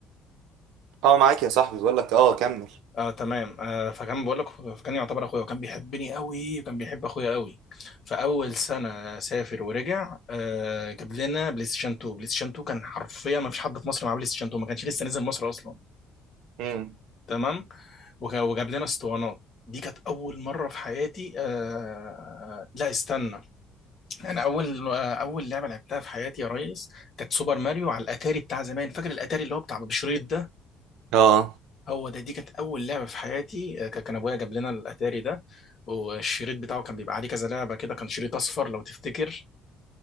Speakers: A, on the right; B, on the left.
A: اه معاك يا صاحبي بقول لك اه كمل
B: آه تمام آه فكان بقول لك فكان يعتبر اخويا وكان بيحبني قوي وكان بيحب اخويا قوي فاول سنه سافر ورجع آه جاب لنا بلاي ستيشن 2 بلاي ستيشن 2 كان حرفيا ما فيش حد في مصر معاه بلاي ستيشن 2 ما كانش لسه نزل مصر اصلا
A: امم
B: تمام وك- وجاب لنا اسطوانات دي كانت اول مره في حياتي آه لا استنى انا اول آه اول لعبه لعبتها في حياتي يا ريس كانت سوبر ماريو على الاتاري بتاع زمان فاكر الاتاري اللي هو بتاع بشريط ده
A: اه
B: هو ده دي كانت اول لعبه في حياتي آه، ك- كان ابويا جاب لنا الاتاري ده والشريط بتاعه كان بيبقى عليه كذا لعبه كده كان شريط اصفر لو تفتكر